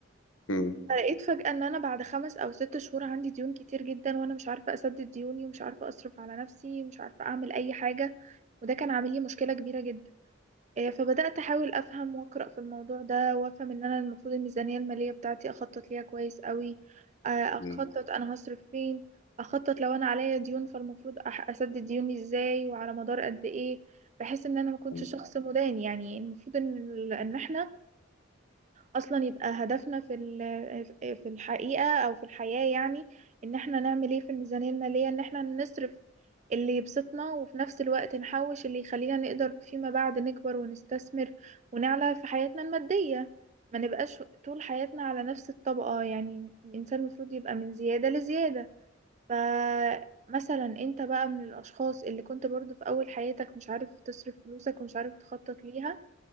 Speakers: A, on the left; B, on the right.
A: مم.
B: فلقيت فجأة إن أنا بعد خمس أو ست شهور عندي ديون كتير جدا وأنا مش عارفة أسدد ديوني ومش عارفة أصرف على نفسي ومش عارفة أعمل أي حاجة وده كان عامل لي مشكلة كبيرة جدا آه، فبدأت أحاول أفهم وأقرأ في الموضوع ده وأفهم إن أنا المفروض الميزانية المالية بتاعتي أخطط ليها كويس قوي آه،
A: مم.
B: أخطط أنا هصرف فين أخطط لو أنا عليا ديون فالمفروض أح- أسدد ديوني إزاي وعلى مدار قد إيه بحيث إن أنا ما كنتش
A: تمام.
B: شخص مدان يعني المفروض إن ال- إن إحنا اصلا يبقى هدفنا في ال- آه، في الحقيقة او في الحياة يعني ان احنا نعمل ايه في الميزانية المالية ان احنا نصرف اللي يبسطنا وفي نفس الوقت نحوش اللي يخلينا نقدر فيما بعد نكبر ونستثمر ونعلى في حياتنا المادية ما نبقاش طول حياتنا على نفس الطبقة يعني الانسان المفروض يبقى من زيادة لزيادة فمثلا انت بقى من الاشخاص اللي كنت برضو في اول حياتك مش عارف تصرف فلوسك ومش عارف تخطط ليها